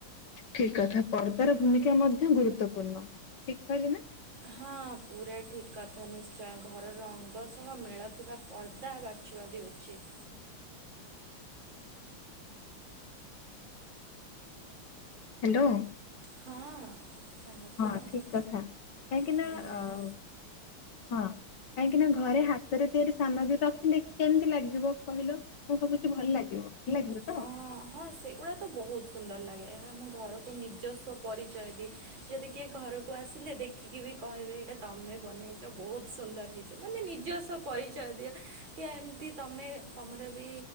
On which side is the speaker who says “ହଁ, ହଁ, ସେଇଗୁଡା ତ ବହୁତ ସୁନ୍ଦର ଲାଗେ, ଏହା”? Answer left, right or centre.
Right